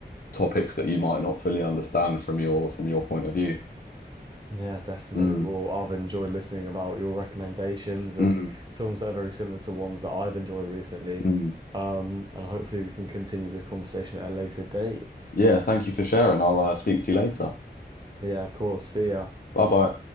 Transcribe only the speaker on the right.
Yeah, definitely.
Well, I've enjoyed listening about your recommendations
and films that are very similar to ones that I've enjoyed recently.
Um, and hopefully we can continue this conversation at a later date.
Yeah, of course. See ya.